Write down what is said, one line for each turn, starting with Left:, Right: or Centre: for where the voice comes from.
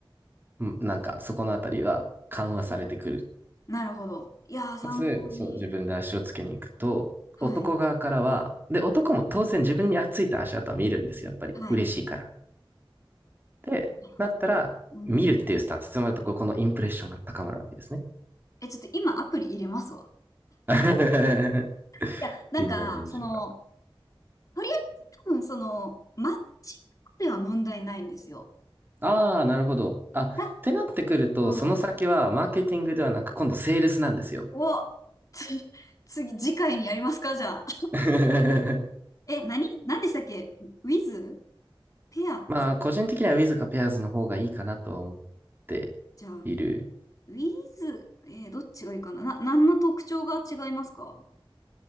Right: うんなんかそこのあたりは緩和されてくる。
Left: なるほど。いやー、参考に。
Right: かつ、そう、自分で足をつけに行くと、
Left: はい。
Right: 男側からは、で、男も当然自分についた足跡は見るんですよ、やっぱり。
Left: はい。
Right: 嬉しいから。で、
Left: なるほ
Right: なったら、
Left: どうん。
Right: 見るっていうスタンス、つまりとここのインプレッションが高まるわけですね。
Left: え、ちょっと今アプリ入れますわ。
Right: <laughs>
Left: いや、なんか、
Right: いいんじゃないでしょうか。
Left: その、とりあえず多分その、マッチングでは問題ないんですよ。
Right: ああ、なるほど。あ、ってなってくると、
Left: だ、うん。
Right: その先はマーケティングではなく、今度セールスなんですよ。
Left: お、つ、<laughs> 次、次回にやりますか、じゃあ。
Right: <laughs>
Left: え、何何でしたっけ ?with? ペア
Right: まあ、個人的には Wiz か Pairs の方がいいかなとは思って
Left: じゃあ。
Right: いる。
Left: ウィズ、えーどっちがいいかな。な、何の特徴が違いますか